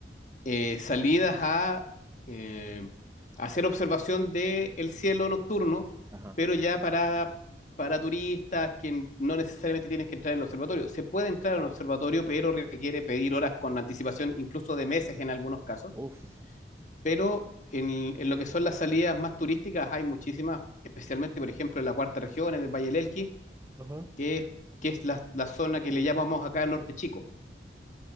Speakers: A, on the left; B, on the right.
A: eh, salidas a eh, hacer observación del cielo nocturno,
B: Ajá.
A: pero ya para, para turistas que no necesariamente tienes que entrar en el observatorio. Se puede entrar en un observatorio, pero requiere pedir horas con anticipación, incluso de meses en algunos casos,
B: Uf.
A: pero en, en lo que son las salidas más turísticas hay muchísimas, especialmente, por ejemplo, en la cuarta región, en el Valle del Elqui,
B: Ajá.
A: que es, que es la, la zona que le llamamos acá Norte Chico.